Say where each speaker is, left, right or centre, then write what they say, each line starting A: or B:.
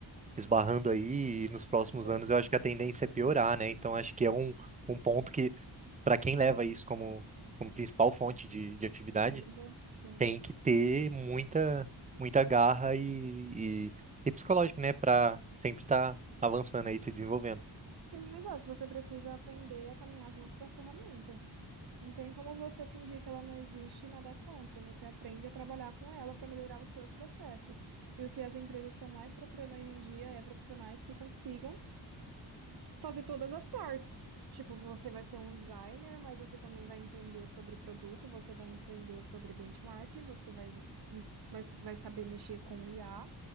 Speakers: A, on the right; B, on the right.
A: esbarrando aí e nos próximos
B: certeza.
A: anos eu acho que a tendência é piorar, né? Então, acho que é um, um ponto que, para quem leva isso como, como principal fonte de, de atividade,
B: Trilha, sim.
A: tem que ter muita, muita garra e, e, e psicológico, né? Pra sempre estar avançando aí, se desenvolvendo.
B: Aquele negócio, você precisa aprender a caminhar junto com a ferramenta. Não tem como você fingir que ela não existe e nadar contra. Você aprende a trabalhar com ela para melhorar os seus processos. E o que as empresas estão mais procurando hoje em dia é profissionais que consigam fazer todas as partes. Tipo, você vai ser um designer, mas você também vai entender sobre produto, você vai entender sobre benchmark, você vai, mas vai saber mexer com o IA.